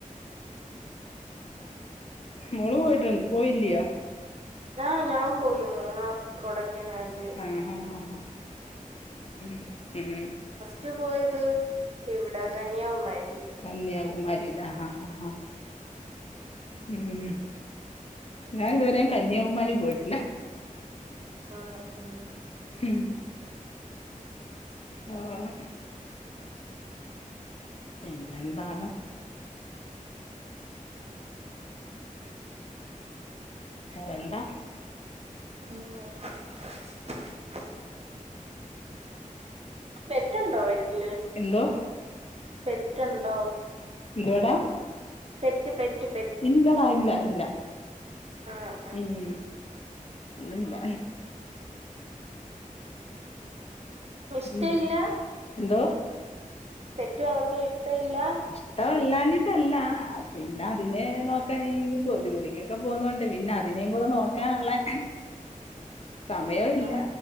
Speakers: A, on the left; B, on the right.
A: മോളു പോയിട്ടുണ്ട് പോയില്ല്യാ
B: ആഹ് ഞാൻ പോയി മൂന്നാർ കൊടയ്ക്കനാല്
A: ആഹ് ആഹ് ആഹ് ആഹ് ഉം ഉം
B: റ്റ് പോയത് ഇവിടെ കന്യാകുമാരീല്
A: കന്യാകുമാരി ലെ ആഹ് ആഹ് ആഹ് ഉം ഞാന് ഇതുവരെ കന്യാകുമാരി പോയിട്ടില്ല
B: ഉം ഉം
A: ഉം ആഹ് പിന്നെന്താണ് വേറെന്താ
B: ആഹ് പെറ്റ്ണ്ടോ വീട്ടില്
A: എന്തോ
B: പെറ്റ്ണ്ടോ?
A: എന്തുവാടാ
B: പെറ്റ് പെറ്റ് പെ
A: ഇല്ലടാ ഇല്ല ഇല്ല.
B: ആ ആ
A: ഉം ഒന്നൂല്ല.
B: ഇഷ്ടയില്ല?
A: ഉം എന്തോ?
B: പെറ്റ് വളർത്താൻ ഇഷ്ടയില്ല?
A: ഇഷ്ട്ടല്ലാഞ്ഞിട്ടല്ല പിന്നെ അതിനെ നോക്കാൻ ഇനിപ്പൊ ജോലിക്കൊക്കെ പോന്നോണ്ട് പിന്ന അ തിനേം കൂടെ നോക്കാനുള്ളെ സമയോ ഇല്ല
B: ആ